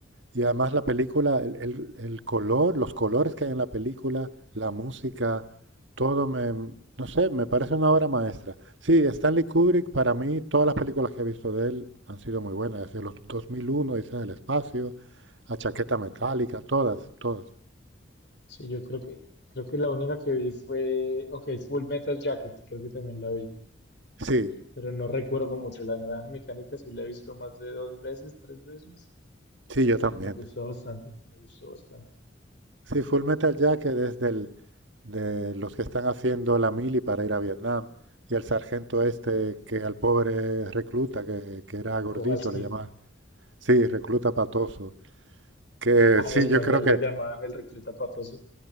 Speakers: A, on the right; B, on the left.
A: Y además la película, el, el- el color, los colores que hay en la película, la música, todo me, no sé, me parece una obra maestra. Sí, Stanley Kubrick, para mí, todas las películas que he visto de él han sido muy buenas, desde los 2001, dice del espacio, a Chaqueta Metálica, todas, todas.
B: Sí, yo creo que, creo que la única que vi fue, ok, Full Metal Jacket, creo que también la vi.
A: Sí,
B: y- pero no recuerdo mucho. La naranja mecánica sí la he visto más de dos veces, tres veces,
A: sí, yo
B: y
A: también.
B: me gustó bastante, me gustó bastante.
A: Sí, Full Metal Jacket es del, de los que están haciendo la mili para ir a Vietnam. Y el sargento este que al pobre recluta, que, que era gordito,
B: Kowalski,
A: le llamaban. Sí, recluta patoso. Que
B: ah,
A: sí,
B: en español
A: yo creo que,
B: le llamaban el recluta patoso.